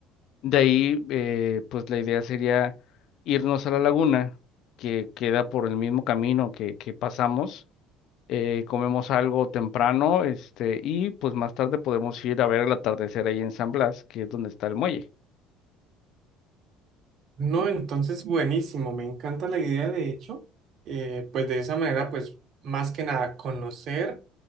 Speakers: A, on the left; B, on the right.
A: De ahí, eh, pues la idea sería irnos a la laguna, que queda por el mismo camino que, que pasamos eh, comemos algo temprano, este, y pues más tarde podemos ir a ver el atardecer ahí en San Blas, que es donde está el muelle.
B: No, entonces buenísimo, me encanta la idea de hecho, eh, pues de esa manera pues más que nada conocer,